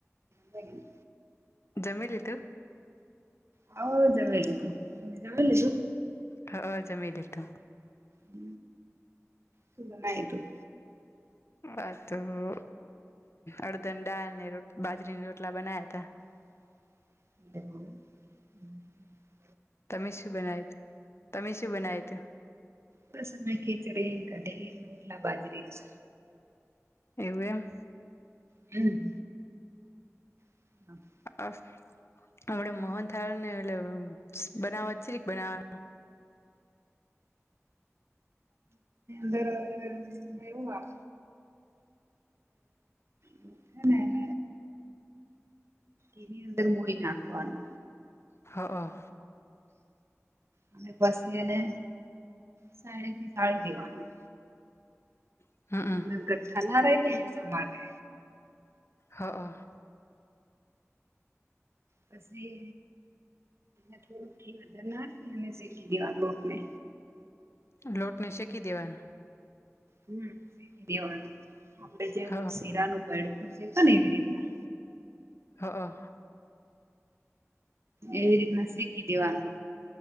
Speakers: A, on the right; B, on the left.
A: <unintelligible>
B: જમી લીધું
A: હવ લીધું તમે જવે લીધું
B: હ અ જમી લીધું
A: હ સુધ ન તું
B: હા તો હ અડદાની દાળ ને બાજરીની રોટલા બનાયા તા
A: હ હ
B: તમી શી બનાયુતુ તમી શી બનાયુતુ
A: બસ અમે ખીચડી કઢી રોટલા બાજરી
B: એવું એમ,
A: હમ <unintelligible>
B: આપડ મોહન થારને એટલે બનાવ છે, બનાવાનું
A: <inaudible> બેલા મ થા ન ન એની અંદર મૂઈ નાખવાનો,
B: હં
A: અને પછી એને સાડી થી સાળી દેવાનું,
B: હ હમ
A: અને ગઠ્ઠા ના રહે છેને એના માટે
B: હા હ
A: પછી એ થોડુંક ઘી વધર નાખી અને શેકી દેવા લોટને
B: લોટને શેકી દેવાનો
A: હમ્મ સેકી દેવાનું આપડે જેમ
B: હ
A: શીરાનું, છે, પણ એવી રીતના
B: હ હ
A: એવી રીતના શીખી દેવાડો